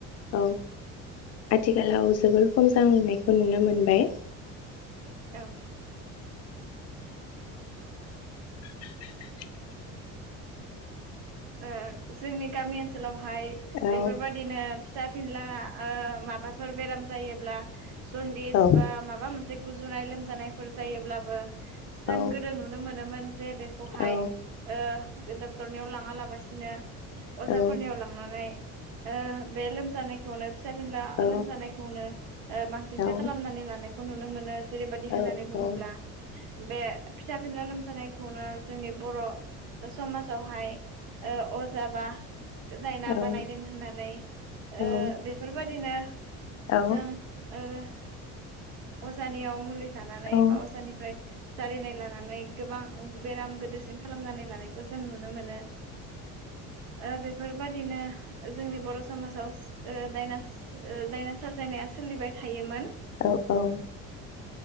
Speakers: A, on the left (about 50°); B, on the right (about 80°).
A: औ आथिखालाव जोबोर खम जांलांनायखौ नुनो मोनबाय।
B: औ
A: <inaudible>
B: ओ जोंनि गामि ओनसोलाव हाय
A: औ
B: बेफोरबादिनो फिसा फेनला ओ माबाफोर बेराम जायोब्ला जन्दिस
A: औ
B: बा माबा मोन जों गुजुनाय लोम जानायफोर जायोब्लाबो जों
A: औ
B: गोदो नुनो मोनोमोन जे बेखौहाय
A: औ
B: ओ बे डक्टरनियाव लाङा लाब बासिनो अजाफोरनियाव
A: औ
B: लांनानै ओ बे लोमजानाय खौनो फिसा फिनला
A: औ
B: लोमजानायखौनो ओ बांसिनसो
A: औ
B: खालामनानै लानाय खौ नुनो मोनो। जेरैबायदि होननानै
A: औ औ
B: बुङोब्ला बे फिसा फिनला लोमजानायखौनो जोंनि बर' समाजावहाय ओ अजा बा दायना बानायदों
A: औ
B: होननानै ओ
A: औ
B: बेफोरबादिनो <inaudible>
A: औ
B: जों ओ अजानियाव मुलि जानानै
A: जोंनो
B: बा अजानिफ्राय जारिनाय लानानै गोबां बेराम गोदोर खालामनानै लानाय खौ जों नुनो मोनो ओ बे बेफोरबादिनो जोंनि बर' समाजाव ओ दाइनास ओ दाइनास साजायनाया सोलिबाय थायोमोन।
A: औ औ